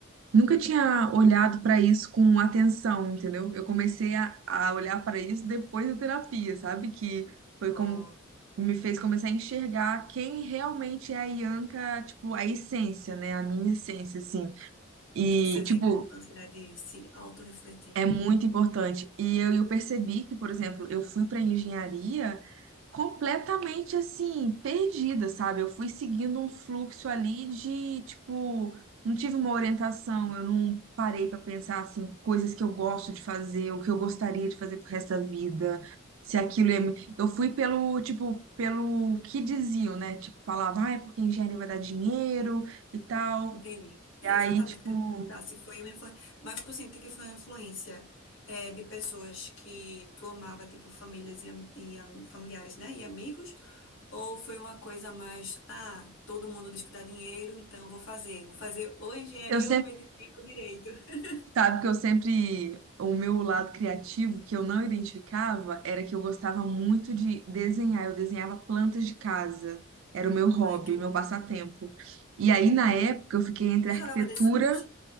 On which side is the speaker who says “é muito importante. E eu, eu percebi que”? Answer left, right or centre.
Right